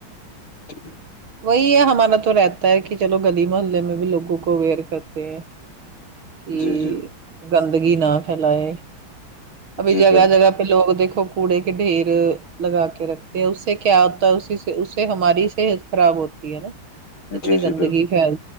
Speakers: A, on the left (about 75°); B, on the right (about 75°).
A: تو <unintelligible>
B: وہی ہے ہمارا تو رہتا ہے کہ چلو گلی محلے میں بھی لوگوں کو اویئر کرتے ہیں کہ
A: جی
B: گندگی نہ پھیلائے ابھی
A: جی
B: جگہ
A: بالکل
B: جگہ پہ لوگ دیکھو کوڑے کے ڈھیر لگا کے رکھتے ہیں اس سے کیا ہوتا ہے اسی سے ہماری صحت خراب ہوتی ہے نا اتنی
A: جی
B: گندگی
A: جی بالکل
B: پھیل